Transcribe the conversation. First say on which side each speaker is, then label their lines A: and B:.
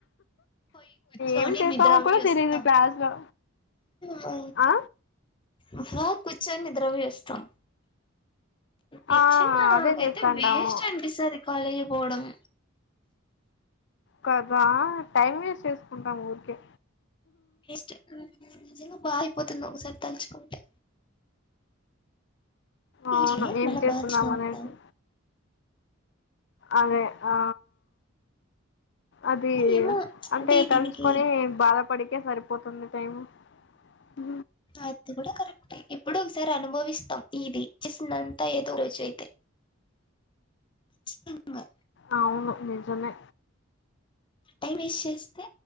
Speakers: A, on the left; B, on the left.
A: పోయి కూర్చొని
B: ఏం చేస్తామో
A: నిద్రవి
B: కూడా
A: చుస్తునాం
B: తెలీదు క్లాస్ లో
A: హ
B: ఆ
A: ఏ కూర్చొని నిద్రపోయి వస్తా నిజంగా
B: ఆ
A: నాకు
B: అదే చేస్తాంటాము
A: అయితే వేస్ట్ అనిపిస్తుది కాలేజీ కి పోడంమ
B: కదా టైం వేస్ట్ చేసుకుంటాం ఊరికే
A: స్ నిజంగా బాగా అయిపోతుంది ఒకసారి తలుచుకుంటే
B: అవును
A: అనే
B: ఏం
A: మళ్ళ
B: చేస్తున్నాం
A: బాధించినవు
B: అనేసి
A: కూడా
B: అదే ఆ అది
A: ఏమో
B: అంటే తలుచుకుని
A: దీనికి
B: బాధ ఇప్పటికే సరిపోతుంది టైమ్ ఉ
A: అది కూడా కరెక్ట్ ఇప్పుడు ఒకసారి అనుభవిస్తాం ఇది జస్న్ అంతా ఏదో రోజు అయితే చ్చితంగా
B: అవును నిజమే
A: టైం వేస్ట్ చేస్తే